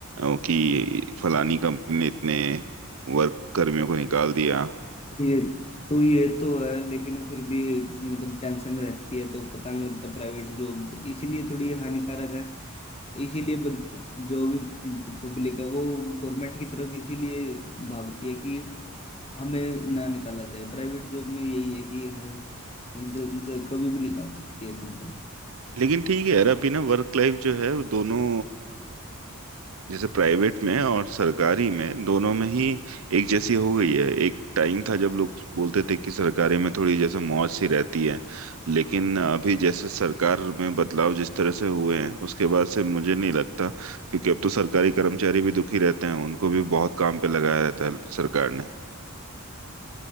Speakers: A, on the right (about 70°); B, on the left (about 30°).
A: अ, कि फलानी कंपनी ने इतने वर्क कर्मियों को निकाल दिया
B: ये तो ये तो है लेकिन फिर भी मतलब टेंशन रहती है तो पता नहीं लगता प्राइवेट जॉब इसीलिए थोड़ी हानिकारक है इसीलिए बन- जो भी पब्लिक है वो गवर्नमेंट की तरफ इसीलिए भागती है कि हमें ना निकाला जाए प्राइवेट जॉब में यही है कि हाँ जल, जल, कभी भी निकाल सकती है कंपनी
A: लेकिन ठीक है यार अभी ना वर्क लाइफ जो है वो दोनों जैसे प्राइवेट में और सरकारी में दोनों में ही एक जैसी हो गई है एक टाइम था जब लोग बोलते थे कि सरकारी में थोड़ी जैसे मौज सी रहती है लेकिन अभी जैसे सरकार में बदलाव जिस तरह से हुए हैं उसके बाद से मुझे नहीं लगता क्योंकि अब तो सरकारी कर्मचारी भी दुखी रहते हैं उनको भी बहुत काम पे लगाया रहता है सरकार ने